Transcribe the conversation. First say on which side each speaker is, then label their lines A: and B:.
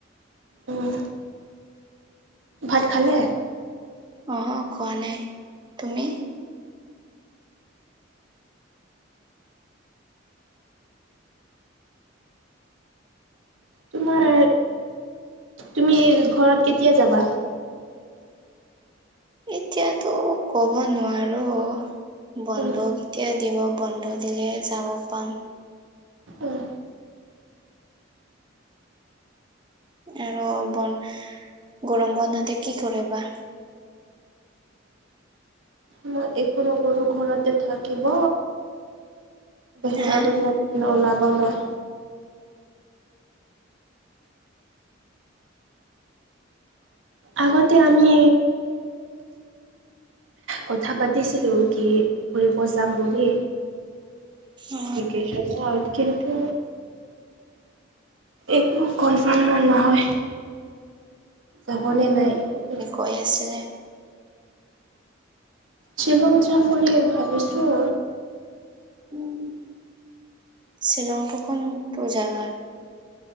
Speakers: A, on the right; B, on the right.
A: উম ভাত খালে?
B: অ', খোৱা নাই তুমি?
A: তোমাৰ তুমি ঘৰত কেতিয়া যাবা?
B: এতিয়াতো ক'ব নোৱাৰো। বন্ধ
A: উম,
B: কেতিয়া দিব বন্ধ দিলেহে যাব পাম।
A: উম।
B: আৰু বন্ গৰম বন্ধতে কি কৰি বা?
A: মই একো নকৰো ঘৰতে থাকিব, বাহিৰত
B: হা
A: ওলাই ওলাব মই। আগতে আমি কথা পাতিছিলোঁ কি ফুৰিব যাম বুলি।
B: অ
A: ভেকেশনত কিন্তু একো কনফাৰ্ম মন নহয় যাবনে নাই একো কনফাৰম
B: হৈ আছে।
A: শ্বিলং যাম বুলি ভাবিছোঁ।
B: উম, শ্বিলংটো কোনতো জাগাত?